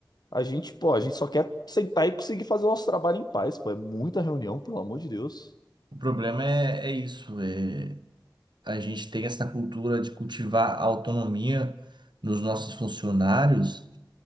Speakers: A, on the left; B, on the right.
A: A gente, pô, a gente só quer sentar e conseguir fazer o nosso trabalho em paz, pô. É muita reunião, pelo amor de Deus.
B: O problema é, é isso. é a gente tem essa cultura de cultivar a autonomia nos nossos funcionários,